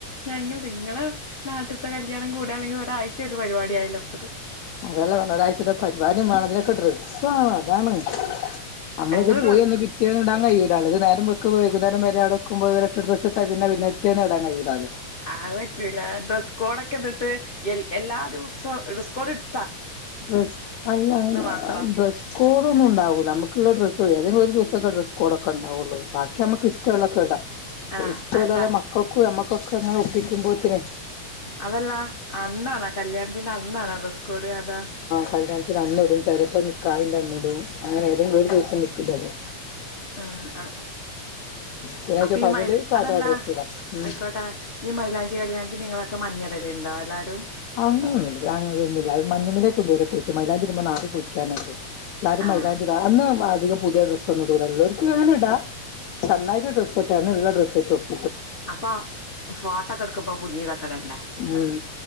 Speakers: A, on the left; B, on the left.
A: ഞങ്ങൾ നിങ്ങള നാട്ടിത്ത കല്ല്യാണം കൂ ടാണെങ്കി ഒരാഴ്ച്ചയായിട്ട് പരിപാടിയായല്ലോ ഇപ്പത്
B: അതല്ലേ പറഞ്ഞെ ഒരാഴ്ചത്തെ പരിപാടിയും വേണം ഇതിനൊക്കെ ഡ്ര സ് വേണം അതാണ് നമ്മളിത്
A: ഞങ്ങള്
B: പോയി
A: ഡ്രസ്
B: വന്ന് പിറ്റേന്നിടാൻ കഴിയോ ടാലോ ഇത് നേരം വെള് ക്കും വൈകുന്നേരം ആടെക്ക്മ്പോ ഇവരൊറ്റ ഡ്രസ് ഇട്ടാ പിന്ന പിന്നെ പിറ്റേന്ന് ഇടാൻ കഴിയുല്ലാലോ
A: ആത് പറ്റൂലാ ഡ്രസ്സ് കോഡൊക്കെന്നിട്ട് എ എല്ലാ ദിവസവും ഡ്രസ്സ്‌ സ്കോഡിട്
B: ഡ്രസ് അല്ല
A: മാത്രോ
B: ആഹ് ഡ്രസ്സ് കോഡൊന്നും ഉണ്ടാവൂല്ല മ്മക്കുള്ള ഡ്രസ്സോ ഏതെങ്കിലും ഒരു ഒരു ദിവസൊക്കെ ഡ്രസ് കോഡൊക്കെണ്ടാവുള്ളു ബാക്കി അമ്മക്ക് ഇഷ്ടമുള്ളൊക്കെ ഇടാ
A: ആഹ്
B: ഇസ്റ്റൊരോളെ
A: അല്ല
B: മക്കൾക്കും നമ്മക്കൊ ക്ക അപ്പ ഇങ്ങള് ഒപ്പിക്കുമ്പോത്തന്
A: അതല്ലാ അന്നാണാ കല്ല്യാണത്തിന്റെ അന്നാണാ ഡ്രസ്കോഡ് അതാ
B: കല്ല്യാണത്തിനന്നിടും ചെലപ്പോം നിക്കാഹിന്റന്നിടും അങ്ങനെ ഏതെങ്കിലും ഒരു ദിവസം നിക്ക് ഇതിടും
A: ആ അ
B: ശനിയാഴ്ച
A: അപ്പൊ ഈ
B: പകല്
A: മഴ്
B: സാധാ
A: അതല്ല
B: ഡ്രസ് ഇടാം ഉം
A: ആയിക്കോട്ടെ ഈ മൈലാഞ്ചി കല്യാണത്തിന് നിങ്ങളൊക്കെ മഞ്ഞളി തിണ്ട എല്ലാരും
B: അങ്ങനൊന്നുല്ല അങ്ങനൊന്നുല്ല അത് മഞ്ഞുമല് ഇതുവരെ പോയിട്ടില്ല മൈലാഞ്ചി ഇടുമ്പോ നാട് പോയ് <unintelligible> എല്ലാരും മൈലാഞ്ചിടാ
A: ആഹ്
B: അന്ന് വാ അധികം പുതിയ ഡ്രസ് ഒന്നു ഇടൂല്ലല്ലോ ഓരിക്ക് വേണെ ഇടാ ചെന്നായിടെ ഡ്രസ്സ്‌ ഇപ്പ <unintelligible> ഡ്രസ്സ്‌ ഇട്ടോ
A: അപ്പ ഫോട്ടക്ക എടുക്കുമ്പ? പുതിയതക്ക ഇടണ്ടേ
B: ഉം